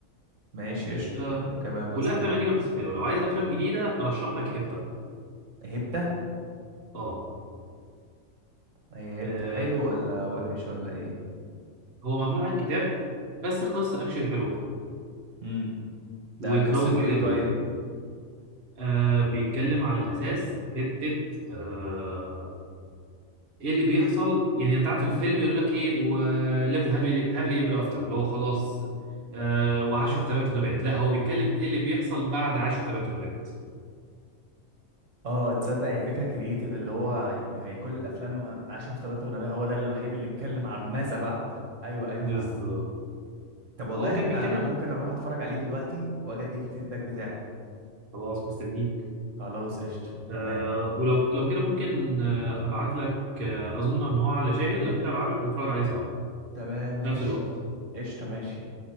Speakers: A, on the right; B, on the right.
A: ماشي قشطة
B: آه
A: وايه كمان مثلا
B: كلها افلام قديمه بس حلوه لو عايز افلام جديده ارشح لك هيبتا
A: هبتة
B: اه
A: هي هبتة
B: آه،
A: حلو ولا وحش ولا ايه
B: هو معمول عن كتاب بس القصة اكشلي حلوة
A: امم
B: واتراوت
A: ده قصته
B: حلو
A: ايه طيب
B: آه بيتكلم على الأساس في حتة آه ايه اللي بيحصل يعني انت عارف الفيلم يقول لك ايه وليفد هابي هابي ايفر افتر اللي هو خلاص آه وعاشوا في تبات ونبات لا هو بيتكلم ايه اللي بيحصل بعد عاشوا في تبات ونبات
A: اه تصدق هي فكره كرييتيف اللي هو يعني هي كل الافلام عاشوا في تبات ونبات هو ده الوحيد اللي اتكلم عن ماذا بعد ايوه ايوه
B: بالظبط
A: فاهم طب والله
B: فهو كان
A: انت
B: بيتكلم
A: انا ممكن اروح اتفرج عليه دلوقتي واجي اديك الفيدباك بتاعي
B: خلاص مستنيك
A: خلاص قشطه
B: آه
A: تمام
B: ولو لو كده ممكن آه ابعت لك آه اظن ان هو على شاهد لو كده ابعت لك نتفرج عليه سوا
A: تمام ماشي
B: في نفس الوقت
A: قشطه ماشي